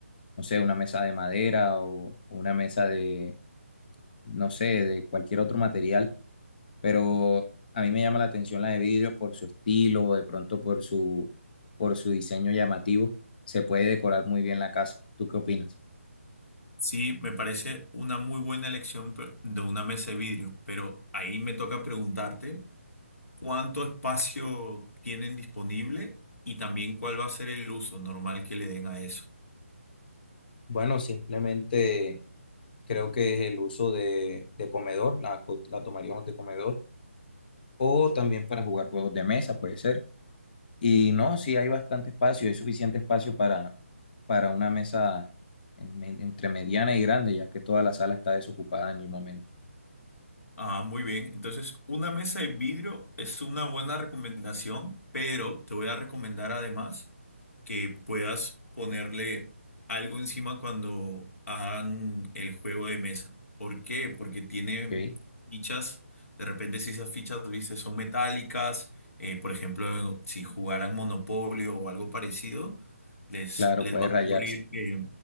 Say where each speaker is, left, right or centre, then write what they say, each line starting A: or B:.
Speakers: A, on the left; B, on the left.
A: no sé, una mesa de madera o una mesa de no sé, de cualquier otro material, pero a mí me llama la atención la de vidrio por su estilo, o de pronto por su, por su diseño llamativo, se puede decorar muy bien la casa. ¿Tú qué opinas?
B: Sí, me parece una muy buena elección pe- de una mesa de vidrio, pero ahí me toca preguntarte cuánto espacio tienen disponible y también cuál va a ser el uso normal que le den a eso.
A: Bueno, simplemente creo que es el uso de, de comedor, la, co- la tomaríamos de comedor, o también para jugar. jugar juegos de mesa, puede ser. Y no, sí hay bastante espacio, hay suficiente espacio para, para una mesa en- en- entre mediana y grande, ya que toda la sala está desocupada en el momento.
B: Ah, muy bien. Entonces, una mesa de vidrio es una buena recomendación, pero te voy a recomendar además que puedas ponerle algo encima cuando hagan el juego de mesa. ¿Por qué? Porque tiene
A: ¿ok?
B: fichas. De repente, si esas fichas, viste, son metálicas, eh, por ejemplo, si jugaran Monopolio o algo parecido, les,
A: Claro,
B: les
A: puede
B: va a ocurrir
A: rayarse,
B: que,